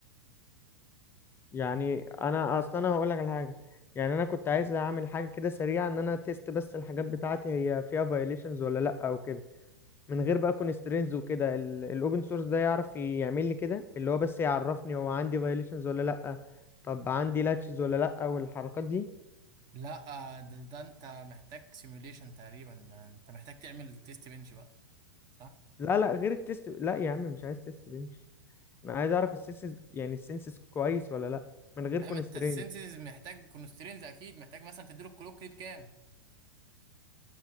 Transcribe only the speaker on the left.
يعني انا اصلا انا هقول لك على حاجه يعني انا كنت عايز اعمل حاجه كده سريعه ان انا تيست بس الحاجات بتاعتي هي فيها فايليشنز ولا لا او كده من غير بقى كونسترينز وكده الاوبن سورس ده يعرف يعمل لي كده اللي هو بس يعرفني هو عندي فايليشنز ولا لا طب عندي لاتشز ولا لا والحركات دي
لا لا غير التيست لا يا عم مش عايز تيست بنش انا عايز اعرف السنسز يعني السنسز كويس ولا لا من غير
كونسترينز